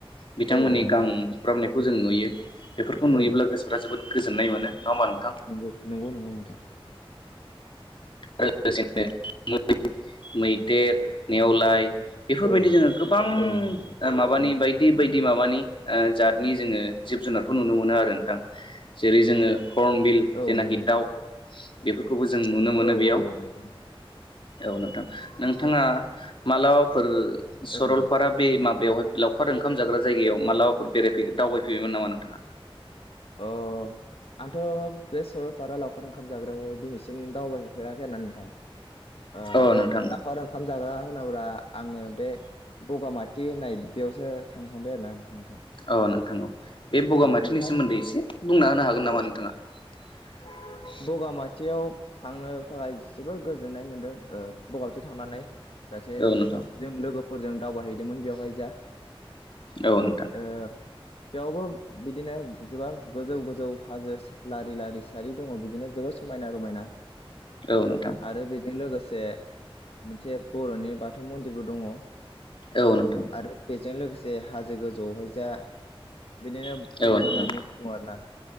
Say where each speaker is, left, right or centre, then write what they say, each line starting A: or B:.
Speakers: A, on the left; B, on the left.
A: बिथांमोननि
B: औ औ नोंथां
A: गां हब्रामनाय खौ जों नुयो बेफोरखौ नुयोब्ला
B: औ
A: गोसोफा जोबोद गोजोननाय मोनो नङा होमबा नोंथां
B: नंगौ, नंगौ नंगौ नोंथां।
A: आरो लोगोसेनो मै मैदेर नेवलाय बेफोरबायदि
B: औ
A: जोंङो गोबां
B: औ नोंथां
A: ओ माबानि
B: नंगौ नोंथां
A: बायदि बायदि माबानि ओ जातनि जोंङो जिब जुनारखौ नुनो मोनो आरो नोंथां, जेरै जोंङो हर्नबिल
B: औ
A: जेनाखि
B: नंगौ नोंथां
A: दाव बेफोरखौबो जों नुनो मोनो
B: औ
A: बेयाव,
B: औ नंगौ नोंथां
A: औ नोंथां, नोंथांङा मालाबाफोर सरलपारा
B: औ नोंथां
A: बे माबा बेवहाय लावखार ओंखाम जाग्रा जायगायाव मालाबाफोर बेरायफै दावबायहैबायमोन नामा नोंथाङा?
B: ओ आंथ' बे सरलपारा लावखार ओंखाम जाग्रायाव दिनैसिम दावबायहैफेराखै आरो ना नोंथां ओ
A: औ नोंथां
B: लावखार ओंखाम जाग्रा सोरनावा आङो बे बगामाथि होननाय बेयावसो थांखांबाय आरोना नोंथां
A: औ नोंथां औ नोंथां, बे बगामाथिनि
B: नोंथां
A: सोमोन्दै एसे बुंना होनो हागोन
B: औ
A: नामा नोंथाङा? <inaudible>
B: बगामाथियाव थांनो थाखाय जोबोर गोजोननाय मोनदों ओ बगामाथियाव थांनानै जाहाथे
A: औ नोंथां
B: जों लोगोफोरजों दावबायहैदोंमोन बेवहाय जा
A: औ नोंथां
B: अ बेयावबो बिदिनो जोबां गोजौ गोजौ हाजो लारि लारि सारि दङ बिदिनो जोबोद समायना रमायना।
A: औ नोंथां
B: आरो बेजों लोगोसे मोनसे बर'नि बाथौ मन्दिरबो दङ' ।
A: औ नोंथां
B: आरो बेजों लोगोसे हाजो गोजौआवहाय जा बिदिनो
A: औ
B: बुद्धनि
A: नोंथां
B: मुरति दं आरो ना